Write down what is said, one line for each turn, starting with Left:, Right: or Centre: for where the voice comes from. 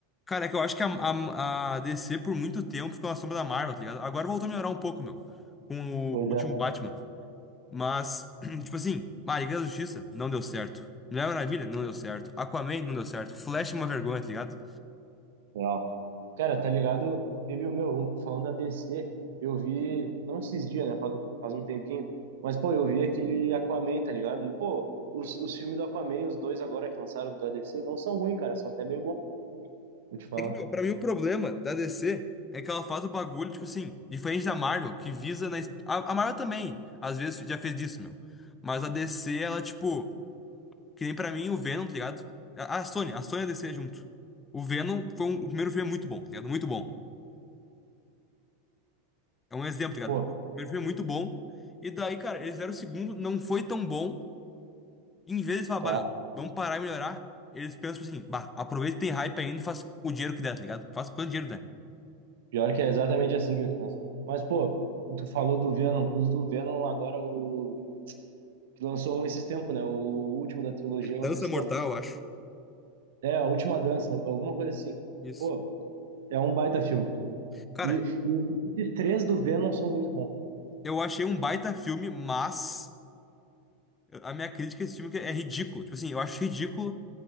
Left: Cara, é que eu acho que a, a, a DC por muito tempo ficou na sombra da Marvel, tá ligado? Agora voltou a melhorar um pouco, meu, com
Right: Pois
Left: o último
Right: é.
Left: Batman. Mas, <clears throat> tipo assim, ah, Liga da Justiça não deu certo. Mulher Maravilha não deu certo. Aquaman não deu certo. Flash é uma vergonha, tá ligado?
Right: Legal. Cara, tá ligado? Teve o meu, um- falando da DC, eu vi, não esses dias, né? Faz, um- faz um tempinho, mas pô, eu vi aquele Aquaman, tá ligado? E pô, os, os filmes do Aquaman, os dois agora que lançaram da DC, não são ruins, cara, são até bem bons, vou te falar.
Left: É que, meu, pra mim o problema da DC é que ela faz o bagulho, tipo assim, diferente da Marvel, que visa na. es- A, a Marvel também, às vezes, já fez isso, meu. Mas a DC, ela, tipo, que nem pra mim o Venom, tá ligado? A, a Sony, a Sony e a DC junto. O Venom foi um, o primeiro filme é muito bom, tá ligado? Muito bom. É um exemplo, tá
Right: Pô,
Left: ligado? O primeiro filme é muito bom. E daí, cara, eles deram o segundo, não foi tão bom. Em vez de falar,
Right: tá.
Left: bah, meu, vamos parar e melhorar, eles pensam tipo assim, bah, aproveita que tem hype ainda e faz o dinheiro que der, tá ligado? Faz quanto dinheiro der.
Right: Pior que é exatamente assim que eles pensam. Mas pô, tu falou do Venom, os do Venom agora, o que lançou um esses tempos, né? O último da trilogia
Left: Dança
Right: lançou esse
Left: Mortal,
Right: tempo.
Left: eu acho.
Right: É, a última dança, alguma coisa assim.
Left: Isso.
Right: Pô, é um baita filme.
Left: Cara,
Right: E, e esses três do Venom são muito bons.
Left: eu achei um baita filme, mas eu- a minha crítica a esse filme é que é ridículo. Tipo assim, eu acho ridículo.